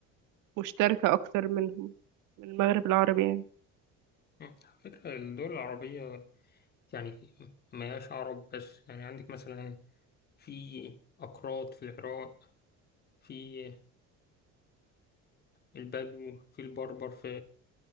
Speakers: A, on the right; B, on the left.
A: مشتركة اكتر منهم من المغرب العربي يعني
B: مم. على فكرة الدول العربية يعني مياش عرب بس يعني عندك مثلا في أكراد في العراق في البدو في البربر في